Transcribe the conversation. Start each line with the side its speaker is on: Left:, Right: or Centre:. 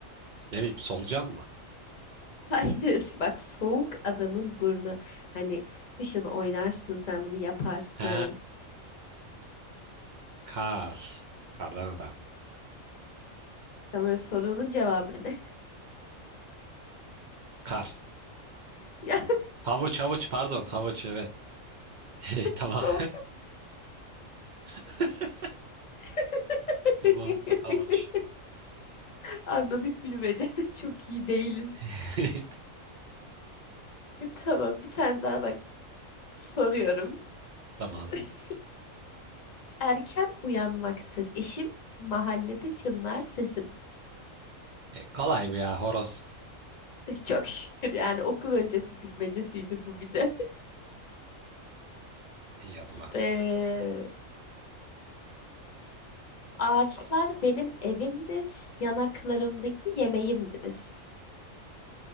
Right: ne bileyim solucan mı?
Left: <laughs> Hayır, bak soğuk adamın burnu. Hani kışın oynarsın sen bunu yaparsın.
Right: He, kar. Kardan adam.
Left: Tamam sorunun cevabı ne?
Right: Kar.
Left: <laughs> Yani
Right: Havuç havuç pardon havuç evet. <laughs> Tamam.
Left: soğuk
Right: <laughs>
Left: <laughs>
Right: Tamam havuç.
Left: Anladık bilmece de çok iyi değiliz.
Right: <laughs>
Left: <laughs> Tamam bir tane daha bak soruyorum.
Right: Tamam.
Left: <laughs> Erken uyanmaktır işim, mahallede çınlar sesim.
Right: E, kolay bu ya horoz.
Left: <laughs> Çok şükür yani okul öncesi bilmecesiydi bu bir de. <laughs>
Right: İyi Allah'ım.
Left: Ee, ağaçlar benim evimdir, yanaklarımdaki yemeğimdir.